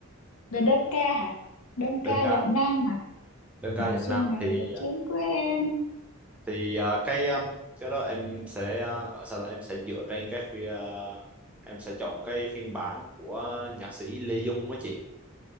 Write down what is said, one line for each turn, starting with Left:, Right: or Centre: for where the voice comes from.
Left: về đơn ca hả? Đơn ca
Centre: đơn ca
Left: giọng nam hả?
Centre: đơn ca
Left: Mùa
Centre: giọng
Left: xuân
Centre: nam
Left: này
Centre: thì
Left: về chén
Centre: ờ,
Left: của em.
Centre: thì ờ, cái ờ, cái đó em sẽ ờ, gọi sao là em sẽ dựa trên cái phi, ờ, em sẽ chọn cái phiên bản của nhạc sĩ Lê Dung á chị